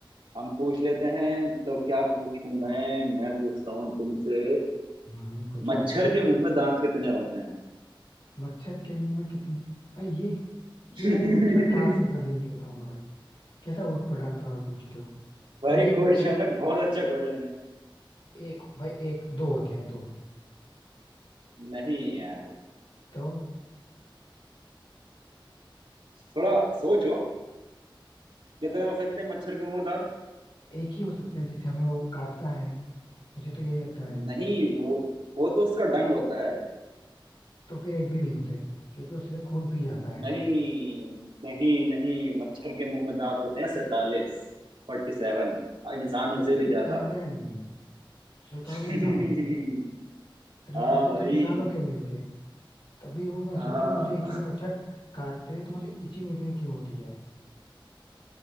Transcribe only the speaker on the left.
हम्म पूछो
पूछो
मच्छर के मुंह में कितने भाई ये
ये भाई मच्छर कहाँ से मैं गिन के बताऊंगा भाई कैसा उठ पटांग सवाल पूछते हो
मुझे लगता
है कि
एक भाई एक दो होते हैं दो
तो
एक ही हो सकते हैं जिससे हमें वो काटता है मुझे तो यही लगता है
तो फिर एक भी नहीं होते क्योंकि वो सीधे खून पी जाता है
फोर्टी
सेवन सैतालीस
दांत अरे भाई,
इतने
तो इंसानों के नहीं होते तभी वो मैं
सोचूं मुझे इतने मच्छर काटते हैं तो मुझे इचिंग इतनी क्यों होती है